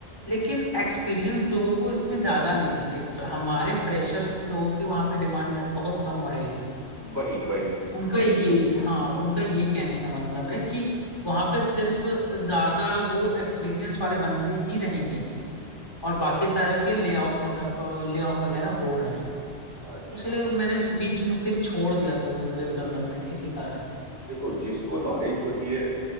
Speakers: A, on the left; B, on the right.
A: लेकिन एक्सपीरियंस लोगों को इसमें ज्यादा लेंगे लाइक हमारे फ्रेशर्स लोगों की वहां पे डिमांड बहुत कम हो रहेगी
B: वही वही
A: उनका ये हाँ उनका ये कहने का मतलब है कि वहां पे सिर्फ ज्यादा वो एक्सपीरियंस वाले बंदे ही रहेंगे और बाकी सारे के ले ऑफ मगर ले ऑफ वगैरह हो रहे हैं
B: अच्छा
A: इसलिए मैंने बीच में फिर छोड़ दिया था वही वेब डेवलपमेंट इसी कारण
B: देखो जिसको नॉलेज होती है